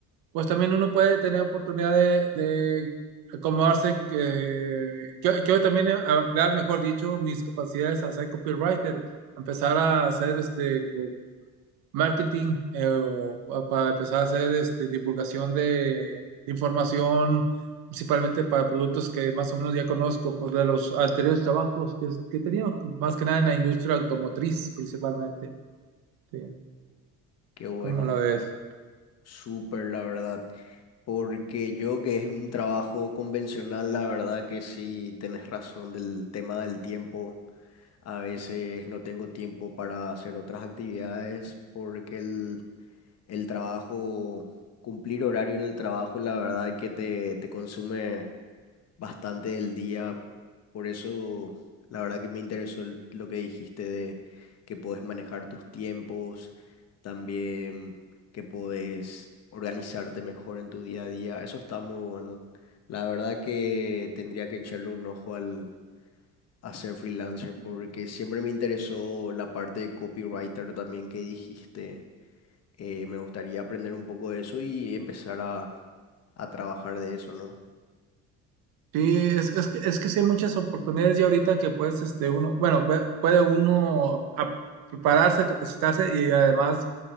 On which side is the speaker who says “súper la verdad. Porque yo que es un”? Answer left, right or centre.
Left